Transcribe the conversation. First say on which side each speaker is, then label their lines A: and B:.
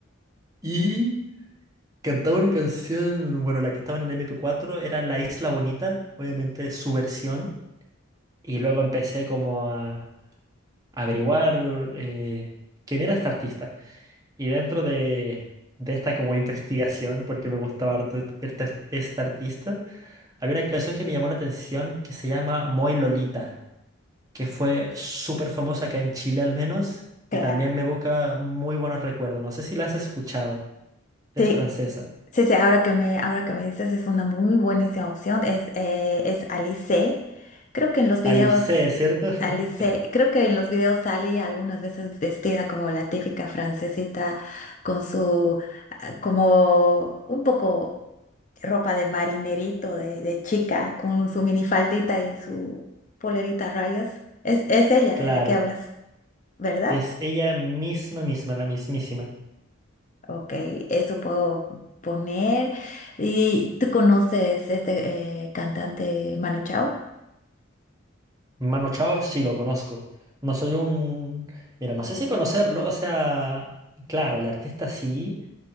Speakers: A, on the right; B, on the left.
A: Y cantaba una canción, bueno, la que estaba en el M P cuatro era La Isla Bonita, obviamente su versión. Y luego empecé como a, averiguar eh, quién era esta artista. Y dentro de, de esta como investigación, porque me gustaba harto este, este artista, había una canción que me llamó la atención que se llama Moy Lolita, que fue súper famosa acá en Chile al menos, y
B: Claro.
A: también me evoca muy buenos recuerdos. No sé si la has escuchado, es
B: Sí.
A: francesa.
B: Sí, sí, ahora que me, ahora que me dices es una muy buenísima opción. Es, eh, es Alice. Creo que en los videos,
A: Alice, ¿cierto? <laughs>
B: Alice, creo que en los videos salí algunas veces vestida como la típica francesita con su, ah, como un poco ropa de marinerito, de, de chica, con su minifaldita y su polerita a rayas. Es, es ella
A: Claro,
B: de la que hablas, ¿verdad?
A: es ella misma, misma, la mismísima.
B: Ok, eso puedo poner. ¿Y tú conoces este eh, cantante Manu Chao?
A: Manu Chao sí lo conozco. No soy un... Mira, no sé si conocerlo, o sea, claro, el artista sí.